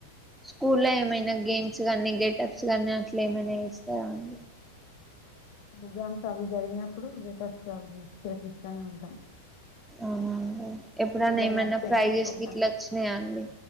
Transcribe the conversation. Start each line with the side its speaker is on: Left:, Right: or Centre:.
Centre: స్కూలో ఏమైనా గేమ్స్ కానీ గెటప్స్ కానీ అట్లా ఏమైనా వేస్తారా అండి
Left: ప్రోగ్రామ్స్ అవి జరిగినప్పుడు రిటప్స్ అవి తెపిస్తూనే ఉంటాం
Centre: అవునండి ఎప్పుడన్నా
Left: స్కూల్
Centre: ఏమన్నా
Left: ఏమైనా స్పెషల్
Centre: ఫ్రై చేసి
Left: ప్రోగ్రామ్
Centre: ఇట్లా వచ్చినాయా అండి